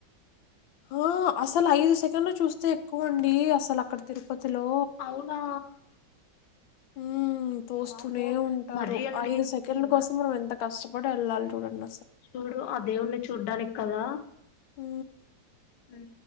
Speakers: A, on the left; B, on the left.
A: ఆ అసలు ఐదు సెకండ్లు చూస్తే ఎక్కువ అండి అసలు అక్కడ తిరుపతిలో
B: అవునా
A: హు తోస్తూనే
B: వామ్మో
A: ఉంటారు
B: మరీ అండి
A: ఐదు సెకండ్ల
B: ఈ మ
A: కోసం మనం ఎంత కష్టపడి ఎల్లాల్ చూడండ్
B: చూడు ఆ దేవుణ్ణి చూడ్డానిక్ కదా
A: ఊ
B: ఉ